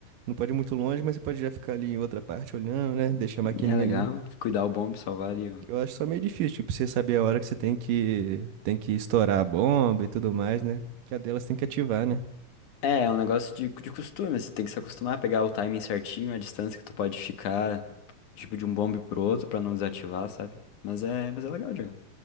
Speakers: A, on the right (about 75°); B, on the left (about 65°).
A: Não pode ir muito longe, mas você pode já ficar ali em outra parte olhando, né? Deixa a maquininha
B: É legal,
A: ali.
B: cuidar o bomb, salvar ali. ó,
A: Eu acho só meio difícil, tipo, você saber a hora que você tem que, tem que estourar a bomba e tudo mais, né? Que a delas tem que ativar, né?
B: É, é um negócio de, de costume, você tem que se acostumar a pegar o timing certinho, a distância que tu pode ficar, tipo, de um bombe pro outro pra não desativar, sabe? Mas é, mas é legal, Diego.